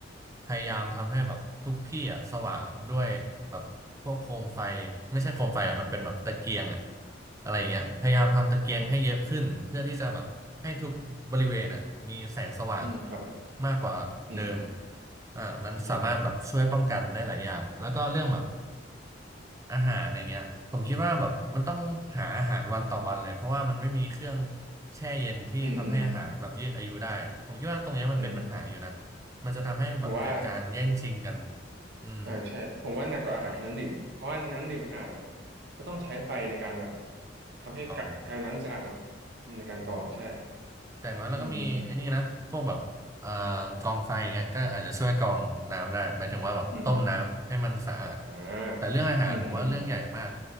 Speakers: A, on the right; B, on the right.
A: พยายามทำให้แบบทุกที่อ่ะสว่างด้วยแบบพวกโคมไฟไม่ใช่โคมไฟอ่ะมันเป็นแบบตะเกียงอ่ะอะไรอย่างเงี้ยพยายามทำตะเกียงให้เยอะขึ้นเพื่อที่จะแบบให้ทุกบริเวณอ่ะมีแสงสว่าง
B: อ่าอ่าครับอืมครับ
A: มากกว่าเดิม
B: อืมอืม
A: อ่ามันสามารถแบบช่วยป้องกันได้หลายอย่างแล้วก็เรื่องแบบ
B: ครับ
A: อาหารอย่างเงี้ยผมคิดว่าแบบมันต้องหาอาหารวันต่อวันเลยเพราะว่ามันไม่มีเครื่องแช่เย็นที่ทำให้อาหารแบบยืดอายุได้ผมคิดว่าตรงเนี้ยมันเป็นปัญหาอยู่นะ
B: อืมอืมอืม
A: มันจะทำให้แบบเกิดการแย่งชิงกัน
B: ผมว่า
A: อืม
B: อ่าใช่ ผมว่าหนักกว่าอาหารคือน้ำดื่มเพราะว่าน้ำดื่มสะอาดอะ
A: แบบ
B: ก็ต้องใช้ไฟในการแบบทำให้กะกลายเป็นน้ำดื่มสะอาดเนาะ
A: กอง
B: อืมในการกรอง
A: อืม
B: ใช่
A: แต่อย่างน้อยแล้วก็มีไอ้นี่นะพวกแบบเอ่อ
B: อืมอืมอืม
A: กองไฟอย่างเงี้ยก็อาจจะช่วยกรองน้ำได้หมายถึงว่าแบบต้มน้ำให้มันสะอาด
B: อืมอืมอ่า
A: แต่เรื่องอาหารผมว่าเรื่องใหญ่มาก
B: อืมอืมอืม